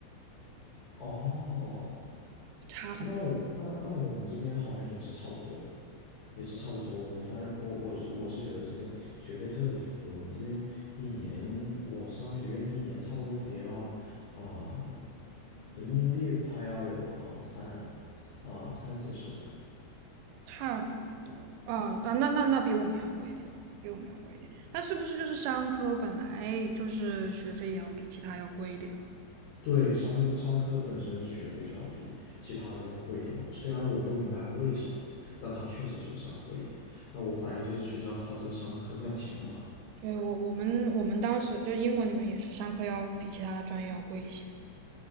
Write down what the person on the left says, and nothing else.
哦，
那我那那我们这边好像也是差不多的，也是差不多。我们反正我我就我是觉得这边学费特别特别贵，我们这边一年我商学院一年差不多得要啊、人民币快要有啊、三啊、三四十万。
对，商商科本身学费就要比其他的要贵一点，虽然我不明白为什么，但它确实就是要贵一点。但我怀疑就是学校靠这个商科赚钱嘛。